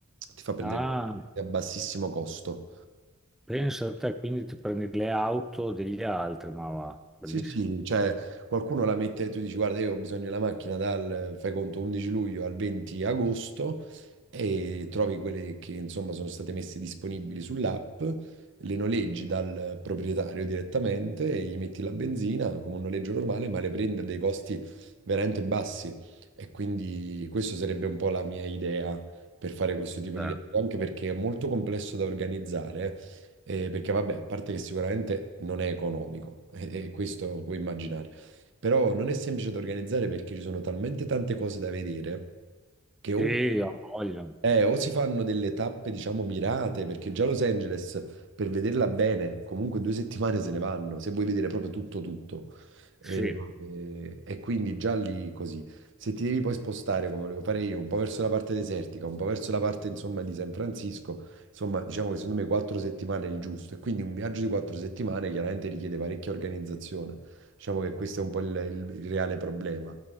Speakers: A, on the right; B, in the centre.
A: ti fa prendere
B: Ah,
A: a bassissimo costo.
B: pensa a te, quindi ti prendi le auto degli altri, ma va, bellissimo.
A: Sì, sì, cioè qualcuno la mette, tu dici guarda io ho bisogno della macchina dal, fai conto, 11 luglio al 20 agosto e trovi quelle che insomma sono state messe disponibili sull'app, le noleggi dal proprietario direttamente e gli metti la benzina come un noleggio normale, ma le prendi a dei costi veramente bassi e quindi questa sarebbe un po' la mia idea per fare questo tipo
B: Eh.
A: di viaggio, anche perché è molto complesso da organizzare, eh, perché vabbè, a parte che sicuramente non è economico, <laughs> e, e questo puoi immaginare, però non è semplice da organizzare perché ci sono talmente tante cose da vedere che o
B: Sì, ho voglia.
A: eh, o si fanno delle tappe, diciamo, mirate, perché già Los Angeles, per vederla bene, comunque due settimane se ne vanno, se vuoi vedere proprio tutto, tutto. E,
B: Sì.
A: e- e quindi già lì così. Se ti devi poi spostare, come volevo fare io, un po' verso la parte desertica, un po' verso la parte, insomma, di San Francisco, insomma, diciamo che secondo me quattro settimane è il giusto. E quindi un viaggio di quattro settimane chiaramente richiede parecchia organizzazione. Diciamo che questo è un po' il il- il reale problema.